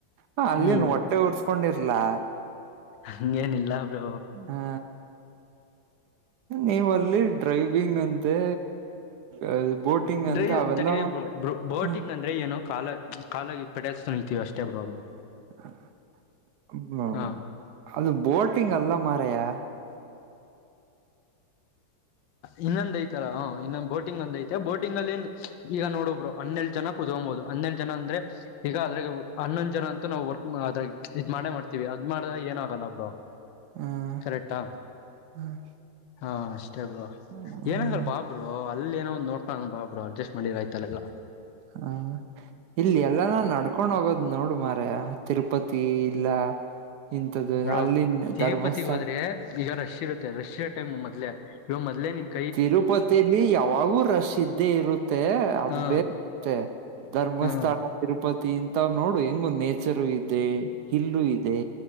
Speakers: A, on the right (about 70°); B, on the left (about 85°).
A: ಹ ಅಲ್ಲೇನ್
B: ಹ್ಮ್.
A: ಹೊಟ್ಟೆ ಉರ್ಸ್ಕೊಂಡಿರ್ಲಾ
B: ಹಂಗೇನಿಲ್ಲ ಬ್ರೊ.
A: ಹಾ ನೀವ ಅಲ್ಲಿ ಡ್ರೈವಿಂಗ್ ಅಂತೆ ಆ ಬೋಟಿಂಗ್
B: ಡ್ರೈವ್
A: ಅಂತ ಅವೆಲ್ಲ
B: ತಡಿರಿ ಬ್ರೊ ಬೊ ಬೋಟಿಂಗ್
A: ಹ
B: ಅಂದ್ರೆ ಏನು ಕಾಲ ಕಾಲಲಿ ಪೆಟಲ್ಸ ತುಳಿತಿವಷ್ಟೇ ಬ್ರೊ.
A: ಅ ಮ
B: ಹಾ
A: ಅದು ಬೋಟಿಂಗ್ ಅಲ್ಲ ಮಾರಯಾ.
B: ಇನ್ನೊಂದ್ ಐತಾಲಾ ಹೂ ಇನ್ನೊಂದ್ ಬೋಟಿಂಗ್ ಒಂದ ಐತೆ ಬೋಟಿಂಗ್ನಲ್ಲೇನ್ ಈಗ ನೋಡೊ ಬ್ರೊ ಹನ್ನೆಳ್ಡ್ ಜನ ಕತ್ಕೊಂಬೋದು ಹನ್ನೆಳ್ಡ ಜನ ಅಂದ್ರೆ ಈಗ ಅದ್ರಾಗ ಹನ್ನೊಂದ್ ಜನ ಅಂತೂ ನಾವು ವರ್ಕ್ ಅದ ಇದ್ ಮಾಡೇ ಮಾಡ್ತೀವಿ ಅದ್ ಮಾಡ್ದಾಗ ಏನು ಆಗಲ್ಲ ಬ್ರೋ.
A: ಹ್ಮ್
B: ಕರೆಕ್ಟಾ
A: ಹ್ಮ್
B: ಹಾ ಅಷ್ಟೇ ಬ್ರೋ.
A: ಹ್ಮ್
B: ಏನಾಗಲ್ ಬಾ ಬ್ರೊ ಅಲ್ಲಿ ಏನೋ ಒಂದ್ ನೋಡ್ಕೋಳಾನ ಬಾ ಬ್ರೊ ಅಡ್ಜಸ್ಟ್ ಮಾಡಿದ್ರಾಯ್ತಲೆಲ್ಲಾ.
A: ಹಾ ಇಲ್ಲಿ ಎಲ್ಲಾನಾ ನೋಡ್ ಕೊಂಡ್ ಹೋಗೋದ್ ನೋಡು ಮಾರಾಯಾ ತಿರುಪತಿ ಇಲ್ಲ ಇಂಥದ್ದು
B: ಬ್ರೋ
A: ಅಲ್ಲಿ
B: ತಿರುಪತಿ
A: ಧರ್ಮಸ್ಥಳ
B: ಹೋದ್ರೆ ಈಗ ರೆಶ್ ಇರುತ್ತೆ ರೆಶ್ ಇರೊ ಟೈಮ್ ಮದ್ಲೆ ಇವ ಮೊದ್ಲೆ ನಿಂತ
A: ತಿರುಪತಿಯಲಿ ಯಾವಾಗೂ ರಶ್ ಇದ್ದೇ ಇರುತ್ತೆ ಅದು
B: ಹಾ
A: ಬೇರೆ ಇರುತ್ತೆ. ಧರ್ಮಸ್ಥಳ
B: ಹಾ
A: ತಿರುಪತಿ ಇಂತವ್ ನೋಡು ಹೆಂಗು ನೇಚರು ಇದೆ ಹಿಲ್ಲು ಇದೆ.